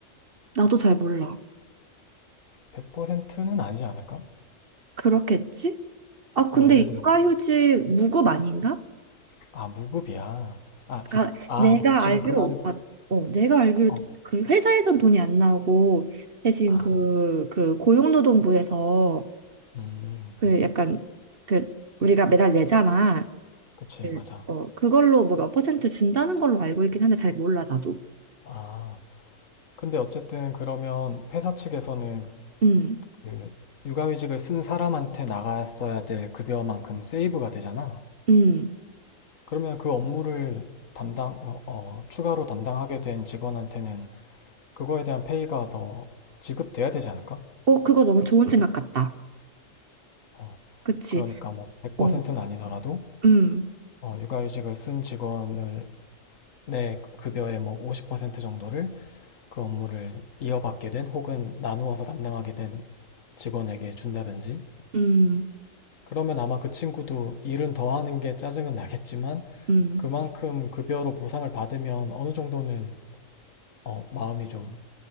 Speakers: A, on the right; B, on the left.
A: 나도 잘 몰라.
B: 100%는 아니지 않을까?
A: 그렇겠지? 아,
B: 뭐
A: 근데
B: 예를 들어
A: 육아휴직 무급 아닌가?
B: 아 무급이야. 아,
A: 아,
B: 아
A: 내가
B: 지금
A: 알기로,
B: 그 말이
A: 아, 어, 내가 알기로
B: 어,
A: 그 회사에선 돈이 안 나오고 대신
B: 아,
A: 그, 그 고용노동부에서
B: 음,
A: 그 약간 그 우리가 매달 내잖아.
B: 그치
A: 그,
B: 맞아.
A: 어, 그걸로 뭐 몇 퍼센트 준다는 걸로 알고 있긴 한데 잘 몰라, 나도.
B: 아, 근데 어쨌든 그러면 회사 측에서는
A: 음,
B: 그 육아휴직을 쓴 사람한테 나갔어야 될 급여만큼 세이브가 되잖아.
A: 음.
B: 그러면 그 업무를 담당 어, 어, 추가로 담당하게 된 직원한테는 그거에 대한 페이가 더 지급돼야 되지 않을까?
A: 어, 그거 너무 좋은 생각 같다.
B: 어,
A: 그치?
B: 그러니까 뭐 100%는
A: 어,
B: 아니더라도
A: 음,
B: 어, 육아휴직을 쓴 직원을 내 급여의 뭐 50% 정도를 그 업무를 이어받게 된 혹은 나누어서 담당하게 된 직원에게 준다든지
A: 음,
B: 그러면 아마 그 친구도 일은 더 하는 게 짜증은 나겠지만
A: 음.
B: 그만큼 급여로 보상을 받으면 어느 정도는 어, 마음이 좀